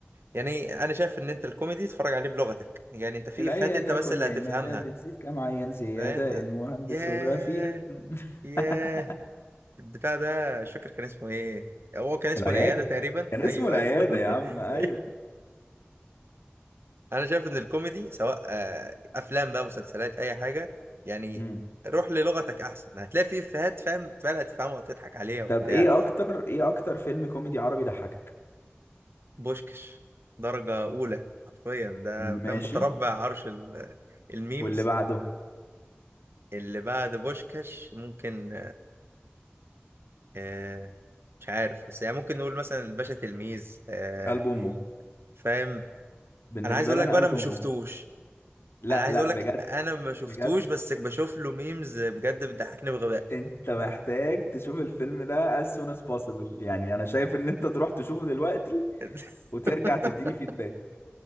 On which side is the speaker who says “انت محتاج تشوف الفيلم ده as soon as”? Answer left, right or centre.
Left